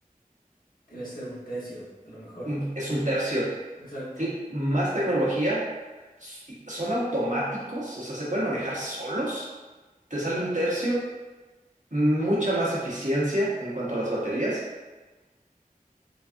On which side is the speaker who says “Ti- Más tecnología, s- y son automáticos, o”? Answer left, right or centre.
Right